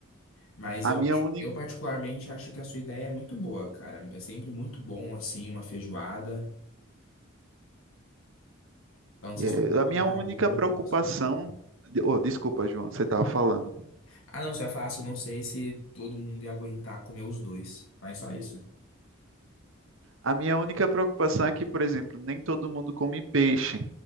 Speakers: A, on the left; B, on the right.
A: Mas
B: a
A: eu
B: minha
A: acho,
B: única
A: eu particularmente acho que a sua ideia é muito boa, cara. É sempre muito bom assim uma feijoada. Eu não
B: É,
A: sei se estou aguentaria
B: a minha única
A: os
B: preocupação.
A: dois.
B: Oh, desculpa, João, você estava falando.
A: Ah, não, você vai falar, se eu não sei se todo mundo ia aguentar comer os dois. Mas só isso.
B: A minha única preocupação é que, por exemplo, nem todo mundo come peixe.